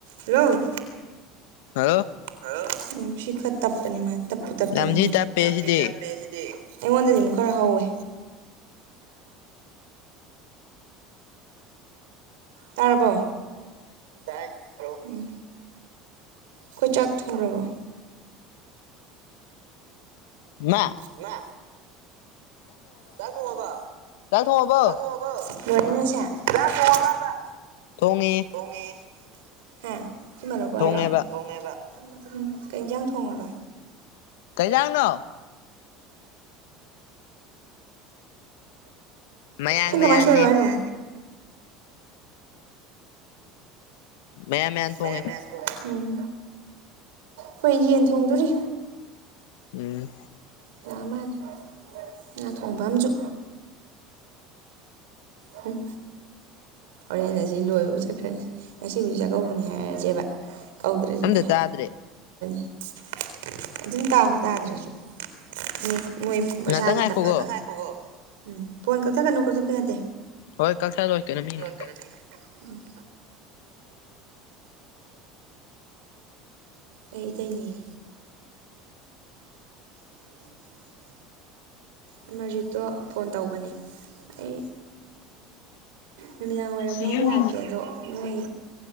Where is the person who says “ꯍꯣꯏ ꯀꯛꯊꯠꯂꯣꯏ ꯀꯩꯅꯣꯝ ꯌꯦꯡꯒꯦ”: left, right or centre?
Left